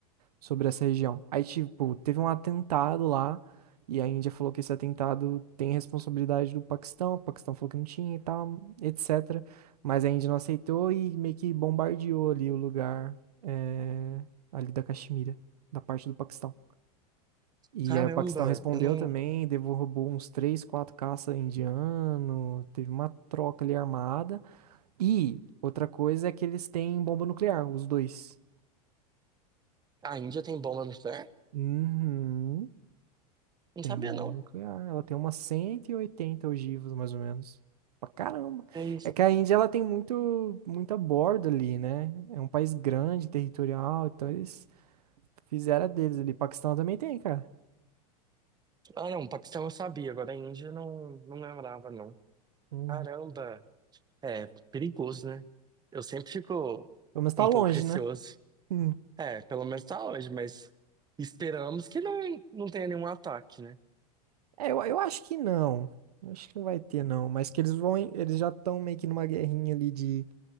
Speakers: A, on the right (about 80°); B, on the right (about 20°).
A: sobre essa região. Aí, tipo, teve um atentado lá, e a Índia falou que esse atentado tem responsabilidade do Paquistão, o Paquistão falou que não tinha e tal, etc. Mas a Índia não aceitou e meio que bombardeou ali o lugar, eh, ali da Caxemira, da parte do Paquistão. E
B: caramba,
A: aí o Paquistão respondeu
B: eu não...
A: também, derrubou uns três, quatro caça indiano, teve uma troca ali armada. E outra coisa é que eles têm bomba nuclear, os dois.
B: A Índia tem bomba nuclear?
A: Uhum.
B: Não
A: Tem
B: sabia,
A: bomba
B: não.
A: nuclear. Ela tem umas 180 ogivas, mais ou menos. Pra caramba.
B: É isso.
A: É que a Índia, ela tem muito, muita borda ali, né? É um país grande, territorial, então eles fizeram a deles ali. Paquistão também tem, cara.
B: Ah, não, o Paquistão eu sabia, agora a Índia não, não lembrava, não.
A: Hum.
B: Caramba, é perigoso, né? Eu sempre fico
A: Pelo menos tá
B: um
A: longe,
B: pouco receoso.
A: né? Hum.
B: É, pelo menos tá hoje, mas esperamos que não, não tenha nenhum ataque, né?
A: É, eu, eu acho que não. Eu acho que não vai ter, não. Mas que eles vão, em- eles já estão meio que numa guerrinha ali de,